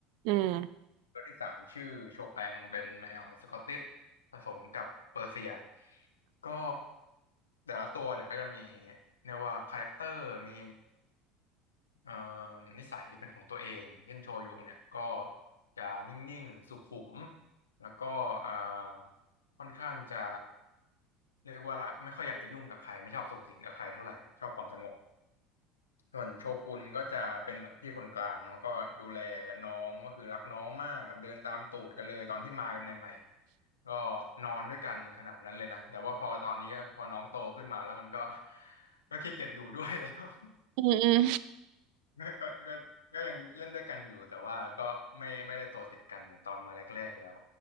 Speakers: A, on the right; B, on the left.
A: อืม
B: ตัวที่สามชื่อโชแปงเป็นแมวสกอตติชผสมกับเปอร์เซียก็แต่ละตัวเนี่ยก็จะมีเรียกว่าคาแรคเตอร์มี เอ่อนิสัยเป็นของตัวเองอย่างเช่นโชยุเนี่ยก็จะนิ่งๆสุขุมแล้วก็เอ่อค่อนข้างจะเรียกว่าไม่ค่อยอยากจะยุ่งกับใครไม่ชอบสุงสิงกับใครเท่าไหร่ชอบความสงบส่วนโชกุนก็จะเป็นเหมือนพี่คนกลางเนาะก็ดูแลน้องก็คือรักน้องมากแบบเดินตามตูดกันเลยตอนที่มากันใหม่ๆก็นอนด้วยกันขนาดนั้นเลยนะแต่ว่าพอตอนนี้พอน้องโตขึ้นมาแล้วมันก็ <laughs> ก็ขี้เกียจอยู่ด้วยแล้ว
A: อืมอืม
B: ก็ก็ก็ก็ยังเล่นด้วยกันอยู่แต่ว่าก็ไม่ไม่ได้โตติดกันเหมือนตอนมาแรกๆแล้ว